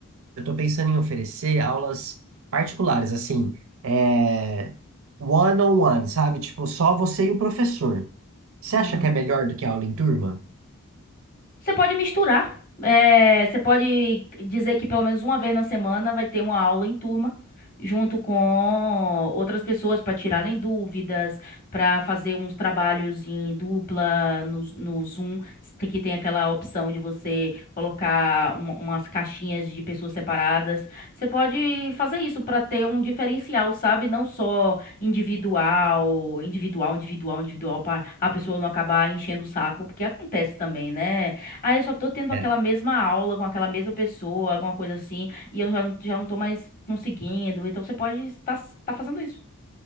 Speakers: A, on the right (about 65°); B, on the left (about 40°).
A: eu tô pensando em oferecer aulas particulares, assim, é, one-on-one, sabe? Tipo, só você e o professor. Você acha
B: Hum.
A: que é melhor do que aula em turma?
B: Você pode misturar. É, você pode dizer que pelo menos uma vez na semana vai ter uma aula em turma, junto com outras pessoas para tirarem dúvidas, para fazer uns trabalhos em dupla no, no Zoom, tem- que tem aquela opção de você colocar uma- umas caixinhas de pessoas separadas. Você pode fazer isso para ter um diferencial, sabe? Não só individual, individual, individual, individual, para a pessoa não acabar enchendo o saco, porque acontece também, né? Aí eu só tô tendo
A: É,
B: aquela mesma aula com aquela mesma pessoa, alguma coisa assim, e eu já, não- já não tô mais conseguindo. Então você pode estar tá fazendo isso.